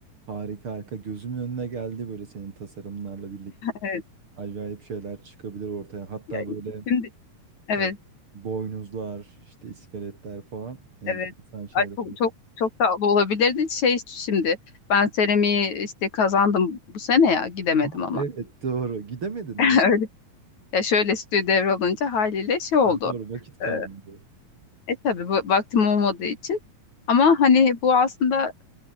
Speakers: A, on the right; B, on the left.
A: Harika harika. Gözümün önüne geldi böyle senin tasarımlarla birlikte.
B: Evet.
A: Acayip şeyler çıkabilir ortaya. Hatta
B: Ya,
A: böyle
B: şimdi evet,
A: e, boynuzlar, işte iskeletler falan. Enteresan
B: evet.
A: şeyler.
B: Ay, çok çok çok tatlı olabilirdi. Şey şimdi ben seramiği işte kazandım bu sene ya gidemedim
A: Aa,
B: ama.
A: evet doğru. Gidemedin
B: <laughs>
A: mi?
B: Öyle. Ya şöyle stüdyo devralınca haliyle şey oldu.
A: Ha, doğru vakit kalmadı.
B: Ee, E tabii bu, vaktim olmadığı için. Ama hani bu aslında